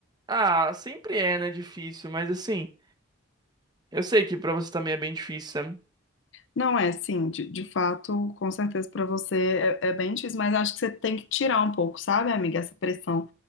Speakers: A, on the right; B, on the left.
A: Ah, sempre é, né, difícil, mas assim, eu sei que pra você também é bem difícil, sabe?
B: Não é, sim, de, de fato, com certeza para você é, é bem difícil, mas acho que você tem que tirar um pouco, sabe, amiga, essa pressão